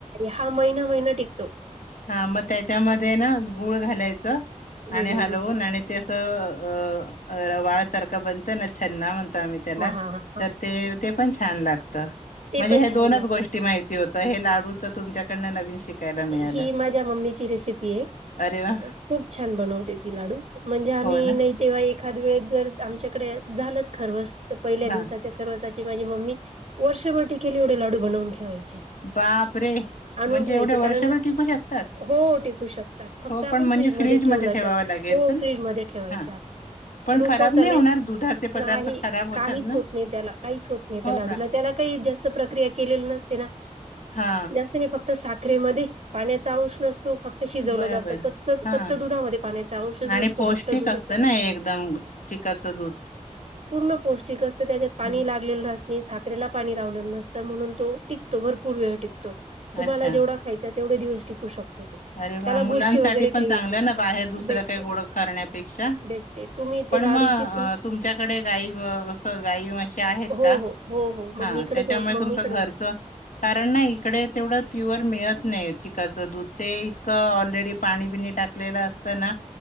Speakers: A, on the right (about 60°); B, on the left (about 80°).
A: हा महिना महिना टिकतो.
B: हा मग त्याच्यामध्ये ना गुळ घालायचं
A: हं,
B: आणि
A: हं,
B: हलवून
A: हं.
B: आणि ते.... त अ अ रवाळ सारखं बनत ना छन्ना म्हण... तो आम्ही त्याला
A: हां, हां, हां, हां.
B: तर ते ते पण छान लागत.
A: ते
B: म्हणजे
A: पण
B: हे
A: छान
B: दोनच
A: लागतं.
B: गोष्टी माहिती होतं हे लाडू... च तुमच्याकडन नवीन शिकायला मिळालं.
A: ही माझ्या मम्मीची रेसिपी आहे
B: अरे वा
A: खूप छान बनवते ती लाडू म्हणजे आम्ही
B: हो ना
A: नाही तेव्हा एक.... खाद वेळ जर आमच्याकडे झालंच खरवस तर पहिल्या दिवसाच्या
B: हा
A: खरवसाची... माझी मम्मी वर्षभर टिकेल एवढे लाडू बनवून ठेवायची.
B: बापरे.
A: आणून
B: म्हणजे
A: ठेवायची
B: एवढे
A: कारण
B: वर्षभर टिकू शकतात
A: हो टिकू शकतात फक्त
B: हो
A: आपण
B: पण म्हणजे
A: फ्रीजमध्ये
B: फ्रीज
A: ठेवल
B: मध्ये ठेवावं
A: तर....
B: लागेल
A: हो
B: तर
A: फ्रीज मध्ये ठेवायचं
B: हा
A: आप...
B: पण
A: उपवासाला
B: खराब नाही होणार दुधाचे पदार्थ
A: नाही
B: खराब होतात
A: काहीच
B: ना
A: होत नाही त्याला काहीच होत नाही त्या
B: हो
A: लाडूला
B: का
A: त्याला काही.... ते जास्त प्रक्रिया केलेल नसते ना.
B: हा
A: जास्त नाही फक्त साखरेमध्ये पाण्याचा अंश नसतो. फक्त शिजवलं
B: बरोबर
A: जातं कच्च
B: हा
A: कच्च दुधामध्ये पाण्याचा अंशच
B: आणि
A: नसतो
B: पौष्टिक
A: घट्ट दुधाचा...
B: असतं ना एकदम चिकाचं दूध.
A: पूर्ण पौष्टिक असत त्याच्यात पाणी
B: हं,
A: लागलेलं.. साखरेला पाणी लावलेलं नसतं म्हणून तो टिकतो भरपूर वेळ टिकतो तुम्हाला
B: अच्छा
A: जेवढा खायचा... तेवढे दिवस टिकू शकतो. तो
B: अरे! वा
A: त्याला
B: मुलांसाठी
A: बुरशी वगैरे
B: पण
A: काही
B: चांगलं
A: येत नाही
B: ना बाहेर दुसरं
A: बेस्ट
B: काही
A: आहे
B: गोड करण्यापेक्षा....
A: बेस्ट आहे तुम्ही
B: पण
A: ते लाडूची
B: मग
A: तुम
B: तुमच्याकडे गाय अस गाय म्हशी आहेत.
A: हो
B: का
A: हो हो हो मम्मीकडे
B: हा... त्याच्यामुळे
A: भ मम्मीकडे
B: तुमचं घरचं
A: होते
B: कारण ना इकडे तेवढं प्युअर मिळत नाही. चिकाचं दूध... ते इतकं ऑलरेडी पाणी बिणी टाकलेलं असतं. ना